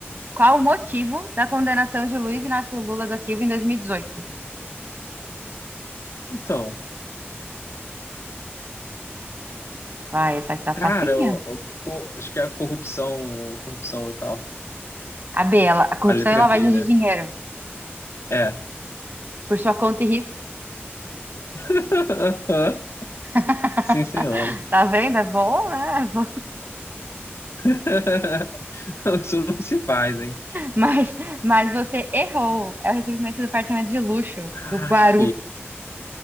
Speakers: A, on the right (about 50°); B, on the left (about 90°).
A: Qual o motivo da condenação de Luiz Inácio Lula da Silva em 2018?
B: Então,
A: Vai, essa aqui tá
B: cara,
A: facinha.
B: eu- eu- co- acho que é a corrupção, corrupção e tal.
A: A B, ela, a corrupção
B: A letra
A: e lavagem
B: B,
A: de
B: né?
A: dinheiro
B: É.
A: por sua conta e risco.
B: <laughs>
A: <laughs>
B: Sim, senhora.
A: Tá vendo? É bom, né? É bom.
B: <laughs> Isso não se faz, hein?
A: Mas, mas você errou. É o recebimento do apartamento de luxo, do
B: Aff.
A: Guaru.